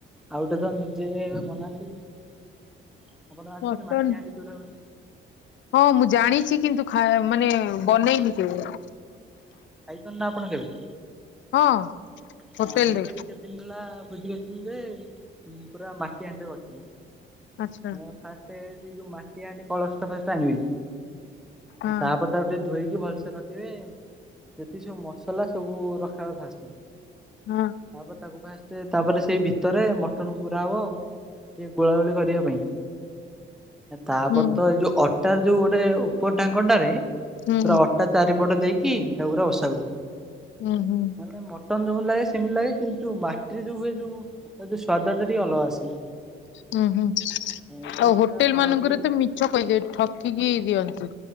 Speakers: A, in the centre; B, on the left (about 70°).
A: ଆଉ ଗୋଟେ ତ ନିଜେ ବନାନ୍ତି। ଆପଣ ଜାଣିଚନ୍ତି
B: ମଟନ
A: ମାଟିହାଣ୍ଡି ଯୋଉଟା ହୁଏ।
B: ହଁ ମୁଁ ଜାଣିଚି କିନ୍ତୁ ଖାଇ ମାନେ ବନେଇନି କେବେ।
A: ଖାଇଚନ୍ତି ନା ଆପଣ କବେ?
B: ହଁ।
A: ଏ
B: ହୋଟେଲରେ
A: ଆମେ ତ ଏଇ କେତେ ଦିନ ହେଲା ଭୋଜି କରିଥିଲୁ ଯେ ପୁରା ମାଟିହାଣ୍ଡିରେ କରିଥିଲୁ।
B: ଆଚ୍ଛା
A: ମୁଁ ଫାଷ୍ଟରେ ସେ ଯୋଉ ମାଟିହାଣ୍ଡି କଳସ ଟା ଫାଷ୍ଟ ଆଣିଲି।
B: ହଁ
A: ତାପରେ ତାକୁ ଟିକେ ଧୋଇକି ଭଲସେ ରଖିବେ ଯେତିିକି ସବୁ ମସଲା ସବୁ ରଖା ହବ ଫାଷ୍ଟେ
B: ହଁ
A: ତାପରେ ତାକୁ ଫାଷ୍ଟ ତାପରେ ସେଇ ଭିତରେ ମଟନ ପୁରା ହବ, ଟିକେ ଗୋଳା ଗୋଳି କରିବା ପାଇଁ। ତାପରେ
B: ହୁଁ
A: ତ ଏଇ ଯୋଉ ଅଟାରେ ଯଉ ଗୋଟେ ଉପର ଢାଙ୍କନଟାରେ
B: ହୁଁ
A: ପୁରା ଅଟା ଚାରିପଟ ଦେଇକି ତାକୁ ପୁରା ବସାହୁଏ,
B: ହୁଁ ହୁଁ
A: ମାନେ ମଟନ ମଟନ ଯେମିତି ଲାଗେ ସେମିତି ଲାଗେ କିନ୍ତୁ ମାଟିରେ ଯୋଉ ହୁଏ ଯୋଉ ତାର ଯୋଉ ସ୍ଵାଦ ଟା ଟିକେ ଅଲଗା ଆସେ।
B: ହୁଁ, ହୁଁ,
A: ଏତିକି
B: ଆଉ ହୋଟେଲ
A: ତା ଫରକ
B: ମାନଙ୍କରେ
A: ଟିକେ
B: ତ ମିଛ କହିଦିଅ ଠକି କି ଦିଅନ୍ତି।